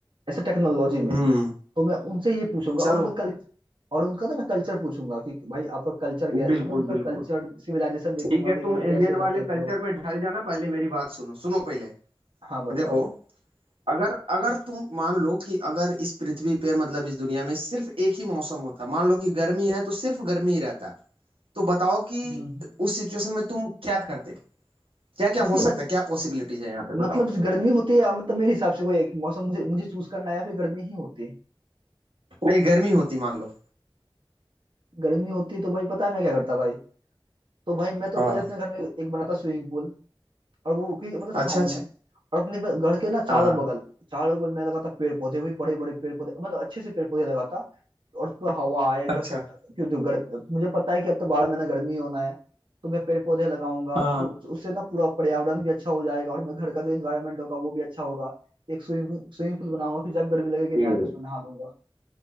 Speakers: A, on the right; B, on the right.
A: ऐसे टेक्नोलॉजी में
B: हम्म
A: तो मैं उनसे ये पूछूंगा
B: चलो
A: और उनका कल और उनका ना मैं कल्चर पूछूंगा कि भाई आपका कल्चर क्या
B: बिल्कुल
A: मतलब उनका
B: बिल्कुल
A: कल्चर सिविलाइजेशन देखूंगा
B: ठीक है
A: कि
B: तुम
A: भाई
B: एलियन
A: कैसे रहते
B: वाले
A: हैं वो
B: कल्चर
A: लोग
B: में ढल जाना पहले मेरी बात सुनो सुनो पहले
A: हाँ बताओ
B: देखो अगर अगर तुम मान लो कि अगर इस पृथ्वी पे मतलब इस दुनिया में सिर्फ एक ही मौसम होता मान लो कि गर्मी है तो सिर्फ गर्मी ही रहता तो बताओ कि
A: हम्म।
B: उस सिचुएशन में तुम क्या करते क्या क्या
A: मतलब
B: हो सकता है क्या पॉसिबिलिटीज है यहाँ पे
A: मतलब
B: बताओ
A: गर्मी होती है या मतलब मेरे हिसाब से कोई एक मौसम मुझे मुझे चूज करना है या फिर गर्मी ही होती है
B: नहीं गर्मी होती मान लो
A: गर्मी होती तो भाई पता है मैं क्या करता भाई तो भाई मैं तो
B: हाँ
A: पहले अपने घर में एक बनाता स्विमिंग पूल और वो कि मतलब छाँव
B: अच्छा अच्छा
A: में और अपने पे- घर के ना चारों
B: हाँ हाँ
A: बगल चारों बगल मैं लगाता पेड़ पौधे भी बड़े बड़े पेड़ पौधे मतलब अच्छे से पेड़ पौधे लगाता और तो हवा आए
B: अच्छा
A: का क्यों तो गर्म मुझे पता है कि अब तो बारह महीना गर्मी होना है तो मैं पेड़ पौधे लगाऊंगा
B: हाँ
A: तो उससे ना पूरा पर्यावरण भी अच्छा हो जाएगा और मैं घर का जो इन्वायरमेंट होगा वो भी अच्छा होगा एक स्विमिंग स्विमिंग पूल बनाऊंगा कि जब गर्मी लगेगी मैं
B: हम्म।
A: आके उसमें नहा लूंगा।